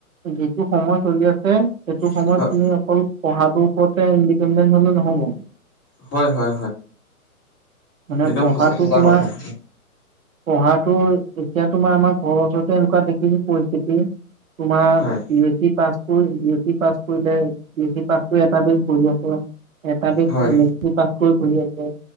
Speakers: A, on the right; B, on the left.
A: যিটো সময় চলি আছে। হে সেইটো সময়ত
B: আৰু
A: তুমি অকল পঢ়াত তোৰ ওৰতে ইণ্ডিপেণ্ডেণ্ হলে নহ'ব।
B: হয়, হয়
A: মানে
B: একদম
A: পঢ়াটো
B: সজা
A: তোমাৰ
B: কথা-
A: পঢ়াটো এতিয়া তোমাৰ আমাৰ ঘৰৰ ওচৰতে এনেকুৱা দেখিছ পৰিস্থিতি। তোমাৰ
B: হয়
A: ইলেটি pass B S C pass কৰিলে বি এছ পাছ কৰি এটা বেছ বঢ়িয় প এটা ব
B: হয়
A: ক কৰি আছে